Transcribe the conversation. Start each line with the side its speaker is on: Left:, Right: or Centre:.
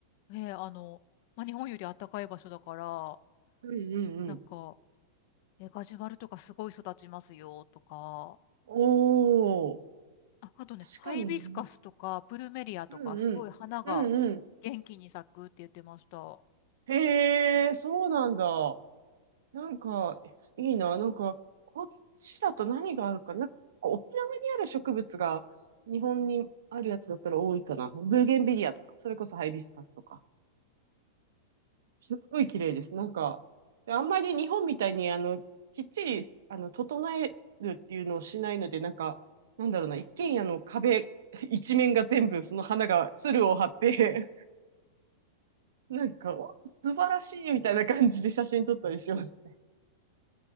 Left: ええ、あの、まあ、日本より暖かい場所だから、
Right: うんうんうん。
Left: なんか、えガジュマルとかすごい育ちますよとか、
Right: おー、
Left: あ、あとね、ハイビスカスとかプルメリアとか、
Right: 確かにな。うんうん。
Left: すごい花が元気に咲くって言ってました。
Right: うんうん。へえ、そうなんだ。なんか、いいな。なんか、こっちだと何があるかな。なんか沖縄にある植物が日本にあるやつだったら多いかな。ブーゲンビリアとか、それこそハイビスカスとか。すっごい綺麗です。なんか、であんまり日本みたいに、あの、きっちり、あの、整えるっていうのをしないので、なんか、なんだろうな、一軒家の壁一面が全部その花が、鶴を張って、なんか、お素晴らしいみたいな感じで写真撮ったりしますね。